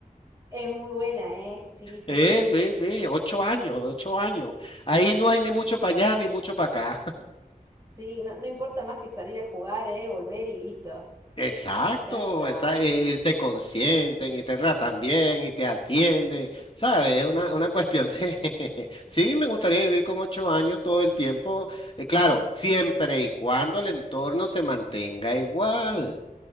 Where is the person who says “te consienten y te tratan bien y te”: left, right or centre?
Left